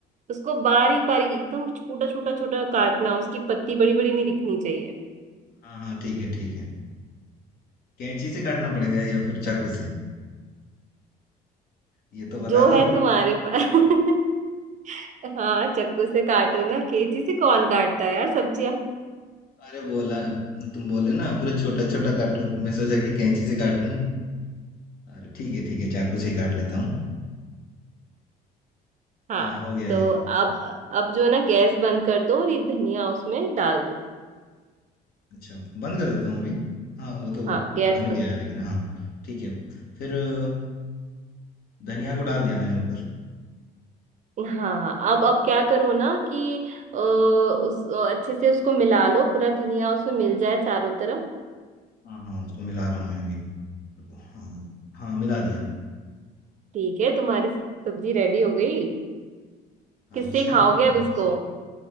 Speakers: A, on the right (about 45°); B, on the left (about 60°).
A: उसको बारीक बारीक एकदम छोटा छोटा छोटा काटना उसकी पत्ती बड़ी बड़ी नहीं दिखनी चाहिए
B: हाँ, हाँ, ठीक है, ठीक है। कैंची से काटना पड़ेगा या फिर चाकू से? ये तो बता
A: जो
B: दो।
A: है तुम्हारे पास <laughs> हाँ चक्कू से काटो ना कैंची से कौन काटता है यार सब्जियां
B: अरे बोला तुम बोले ना पूरा छोटा छोटा काटो मैं सोचा कि कैंची से काट दूं अरे ठीक है ठीक है चाकू से ही काट लेता हूँ
A: हाँ
B: हाँ हो गया
A: तो
B: ये
A: अब अब जो है ना गैस बंद कर दो और ये धनिया उसमें डाल दो
B: अच्छा बंद कर देता हूँ अभी हाँ वो तो
A: हाँ गैस
B: बन गया
A: बंद
B: है लेकिन हाँ ठीक है फिर अ, धनिया को डाल दिया मैंने ऊपर
A: हाँ अब अब क्या करो ना कि अ, उस अच्छे से उसको मिला लो पूरा धनिया उसमें मिल जाए चारों तरफ
B: हाँ हाँ उसको मिला रहा हूँ मैं भी हाँ हाँ मिला दिया
A: ठीक है तुम्हारी सब्जी रेडी हो गई किससे
B: अच्छा
A: खाओगे
B: हाँ
A: अब इसको